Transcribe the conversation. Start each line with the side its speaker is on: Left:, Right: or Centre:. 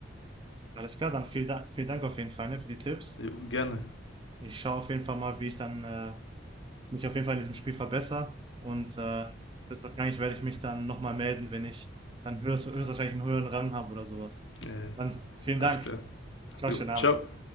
Right: Alles klar, dann vielen Dank, vielen Dank auf jeden Fall, ne, für die Tipps.
Left: Jo, gerne.
Right: Ich schaue auf jeden Fall mal, wie ich dann äh, mich auf jeden Fall in diesem Spiel verbessere. Und äh, höchstwahrscheinlich werde ich mich dann nochmal melden, wenn ich dann höchst, höchstwahrscheinlich einen höheren Rang habe oder sowas.
Left: Ja, ja,
Right: Dann vielen
Left: alles
Right: Dank.
Left: klar.
Right: Ciao,
Left: Jo,
Right: schönen Abend.
Left: ciao.